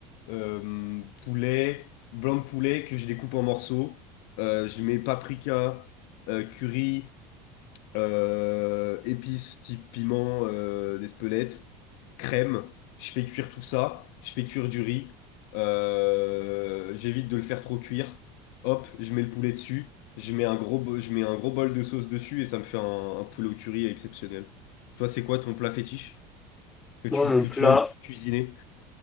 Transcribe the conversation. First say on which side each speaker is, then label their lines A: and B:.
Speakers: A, on the left; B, on the left.
A: euh, poulet, blanc de poulet que je découpe en morceaux. Euh, je mets paprika, euh, curry. euh, épices type piment, euh, d'Espelette, crème. Je fais cuire tout ça. Je fais cuire du riz. Euh, j'évite de le faire trop cuire. Hop, je mets le poulet dessus. Je mets un gros, bo- je mets un gros bol de sauce dessus et ça me fait un, un poulet au curry exceptionnel. Toi, c'est quoi ton plat fétiche que
B: Moi,
A: tu,
B: mon
A: que
B: plat,
A: tu aimes cuisiner?